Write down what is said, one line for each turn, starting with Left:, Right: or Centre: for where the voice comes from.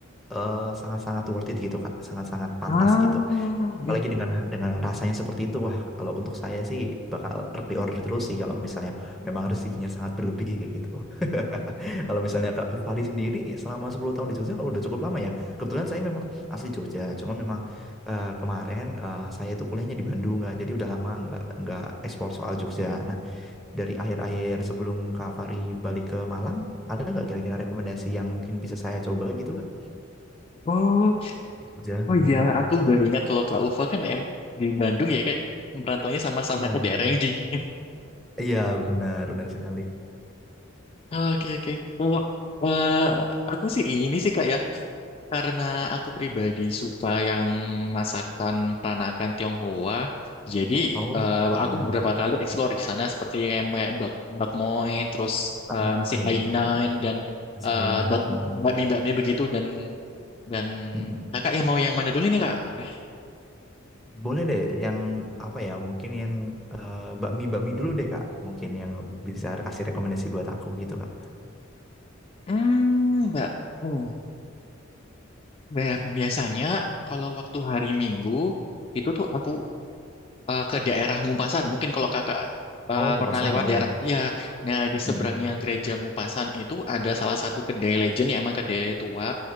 Centre: eh, sangat-sangat worth it gitu Kak. Sangat-sangat pantas
Left: Ah.
Centre: gitu apalagi dengan dengan rasanya seperti itu wah kalau untuk saya sih bakal reorder terus sih kalau misalnya memang rezekinya sangat berlebih kayak gitu <laughs> kalau misalnya Kak Fahri sendiri selama 10 tahun di Jogja oh, udah cukup lama ya kebetulan saya memang asli Jogja cuma memang eh, kemarin eh, saya itu kuliahnya di Bandung nggak jadi udah lama nggak nggak ekspor soal Jogja nah dari akhir-akhir sebelum Kak Fahri balik ke Malang ada nggak kira-kira rekomendasi yang mungkin bisa saya coba gitu Kak
Left: Oh,
Centre: Jogja
Left: oh
Centre: Mm-mm.
Left: iya, aku baru ingat kalau Kak Ufa kan em di Bandung ya kayak merantaunya sama-sama
Centre: Iya,
Left: ke daerah yang dingin. <laughs>
Centre: iya benar, benar sekali.
Left: Oke oke. Kalau eh, aku sih ini sih Kak ya. Karena aku pribadi suka yang masakan peranakan Tionghoa, jadi
Centre: Oh,
Left: eh,
Centre: iya.
Left: aku beberapa kali explore di sana seperti kayak, kayak bak, bakmoy, terus
Centre: Pak
Left: eh,
Centre: Moy,
Left: nasi Hainan
Centre: iya, iya.
Left: dan
Centre: Nasi
Left: eh,
Centre: Hainan.
Left: bak,
Centre: Mm,
Left: bakmi bakmi begitu dan dan
Centre: mm, mm.
Left: kakak yang mau yang mana dulu nih kak? Udah.
Centre: Boleh deh yang apa ya? Mungkin yang eh, bakmi-bakmi dulu deh, Kak. Mungkin yang bisa kasih rekomendasi buat aku gitu, Kak.
Left: Hmm, mbak, hmm, Ba- biasanya kalau waktu hari Minggu itu tuh aku eh, ke daerah Ngupasan. Mungkin kalau kakak eh,
Centre: Oh, ngupasan,
Left: pernah lewat
Centre: iya.
Left: daerah, ya, nah di seberangnya
Centre: Mm,
Left: gereja Ngupasan itu ada salah satu kedai legend yang emang kedai tua